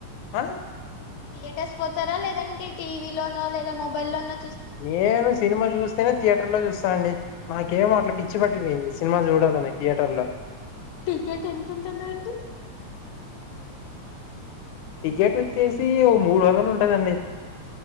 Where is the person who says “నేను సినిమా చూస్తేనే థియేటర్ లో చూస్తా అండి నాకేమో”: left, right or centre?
Left